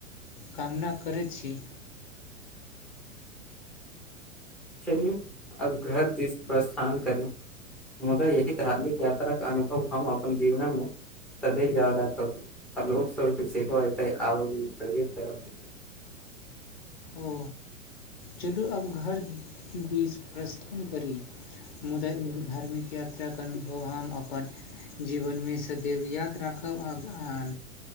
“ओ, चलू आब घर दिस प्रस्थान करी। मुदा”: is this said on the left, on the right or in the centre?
Left